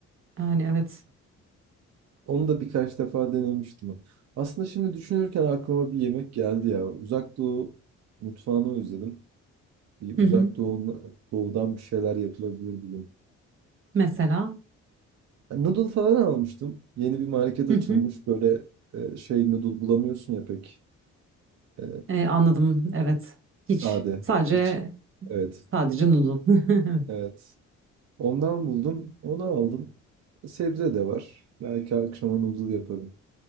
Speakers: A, on the right; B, on the right.
A: e, yani evet.
B: onu da birkaç defa denemiştim. Aslında şimdi düşünürken aklıma bir yemek geldi ya. Uzak Doğu mutfağını özledim. Bir
A: Hı
B: Uzak
A: hı.
B: Doğu, Doğu'dan bir şeyler yapılabilir bugün.
A: Mesela.
B: Yani noodle falan almıştım. Yeni bir market açılmış.
A: Hı hı.
B: Böyle e, şey noodle bulamıyorsun ya pek. E,
A: Ee, anladım, evet.
B: sade.
A: Hiç. Sadece
B: Hiç. Evet.
A: sadece noodle.
B: Evet.
A: <laughs>
B: Ondan buldum. Onu aldım. Sebze de var. Belki akşama noodle yaparım.